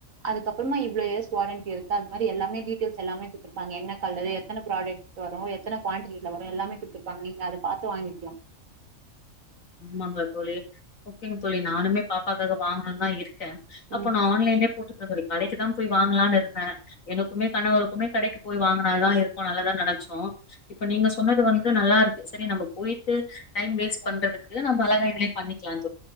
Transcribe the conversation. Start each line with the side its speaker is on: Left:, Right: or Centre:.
Right: அதுக்கப்பறமா இவ்ளோ இயர்ஸ் வாரண்டி இருக்கு அது மாரி எல்லாமே டீட்டெயல்ஸ் எல்லாமே குத்துருப்பாங்க என்ன கலரு எத்தன ப்ராடக்ட் வரும் எத்தன குவான்டிட்டில வரும் எல்லாமே குடுத்துருப்பாங்க நீங்க அத பாத்து வாங்கிக்கலா
Left: ஆமாங்களா தோழி ஓகே தோழி நானுமே பாப்பக்காக வாங்க ந தா இருக் கே
Right: ம்
Left: அப்ப நா ஆன்லைன்லே போட்டுக்கர கலைக்கு தா போய் வாங்கலான்னு இருந்தே எனக்குமே கணவருக்குமே கடைக்கு போய் வாங்குனா தா இருக்கு நல்லாதா நெனைச்சோ இப்ப நீங்க சொன்னது வந்து இது நல்லா இருக்கு சரி நம்ம போயிட்டு டைம் வேஸ்ட்
Right: ம்
Left: பண்றதுக் இது நம்ப அழகை இதுளே பண்ணிக்கலான்